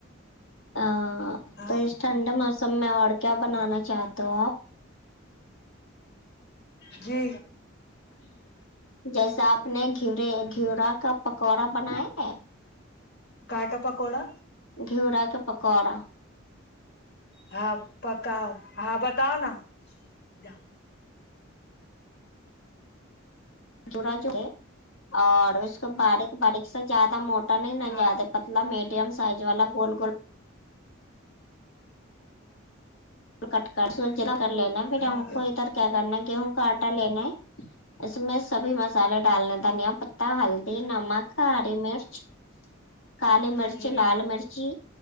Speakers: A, on the left (about 75°); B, on the left (about 55°).
A: ہاں
B: ہاں
A: تو اس ٹھنڈے موسم میں اور کیا بنانا چاہتے ہو آپ
B: جی
A: جیسا آپ نے گھیورے گھیورا کا پکوڑا بنانے ہیں
B: کاے ا ے کا پکوڑا
A: گھیورا کے پکوڑا
B: ہاں پکاؤ ہاں بتاؤ نا ج
A: جڑا جے اور اس کو باڈیک باڈیک سے زیادہ موٹا نہیں ن
B: ہاں
A: یادہ پتلا میڈیم سائز والا گول گول کٹ کر سو ج کر لینا ہے پھر
B: ہاں
A: ہم کو ادھر کیا کرنا ہے گیہوں کا آٹا لینا ہے اس میں سبھی مسالے ڈالنے دھنیا پتتا ہلدی نمک ہری مرچ کالی مرچی
B: ہوں
A: لال مرچی